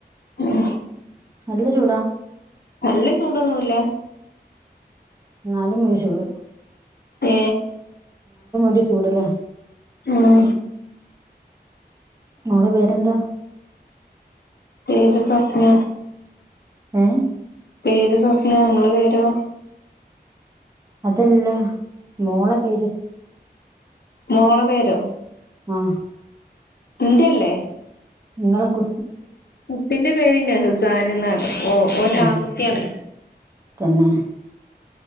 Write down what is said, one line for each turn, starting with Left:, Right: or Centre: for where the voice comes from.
Left: ഉം
Right: നല്ല ചൂടാ
Left: നല്ല ചൂടൊന്നുല്ല
Right: നാലും ചൂട്
Left: ഏ
Right: ട്ടി ചൂട് ല്ലേ
Left: ഉം
Right: മോള പേരെന്താ
Left: പേര് സ്വപ്ന
Right: ഏ
Left: പേര് സ്വപ്ന ങ്ങള പേരോ
Right: അതല്ല മോള പേര്
Left: മോള പേരോ
Right: ആഹ
Left: ഇന്റല്ലേ
Right: നിങ്ങളെ ക്കു
Left: കുട്ടിന്റെ പേര് നെഹ്സാനെന്നാണ് ഓ ഓൻ
Right: ഉം
Left: ആൺകുട്ടിയാണ
Right: തന്നെ